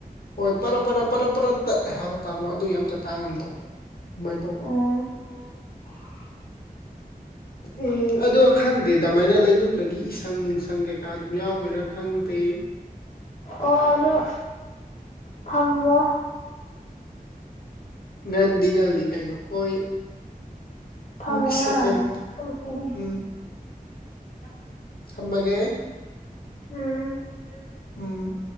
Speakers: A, on the left; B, on the left.
A: ꯍꯣꯏ ꯄꯔꯥ ꯄꯔꯥ ꯄꯔꯥ ꯄꯔꯥ ꯇꯠꯂꯦ ꯍꯥꯏꯕ ꯇꯥꯃꯣ ꯑꯗꯨꯏ ꯑꯝꯇ ꯇꯥ ꯉꯝꯗ <unintelligible> ꯃꯥꯏ ꯇꯧꯕ
B: ꯎꯝ
A: ꯑꯣ <unintelligible> ꯎꯝ ꯑꯗꯣ ꯈꯪꯗꯦ ꯑꯗꯃꯥꯏꯅ ꯂꯩ ꯅꯨꯡꯗꯒꯤ ꯏꯁꯪ ꯅꯨꯡꯁꯪ ꯀꯩꯀꯥ ꯑꯗꯨꯝ ꯌꯥꯎꯕꯩꯔꯥ ꯈꯪꯗꯦ
B: ꯑꯣ <unintelligible> ꯑꯗꯣ ꯊꯝꯃꯣ
A: ꯉꯥꯟꯗꯤ ꯉꯜꯂꯤ ꯀꯩꯅꯣ ꯍꯣꯏ
B: ꯊꯝꯃꯣ
A: ꯎꯝ ꯏ ꯁꯦꯀꯦꯟ
B: ꯌꯥꯔꯦ
A: <unintelligible>
B: ꯇꯨꯝꯅꯤꯡꯉꯦ
A: ꯎꯝ <unintelligible> ꯊꯝꯃꯒꯦ
B: ꯎꯝ
A: <unintelligible> ꯎꯝ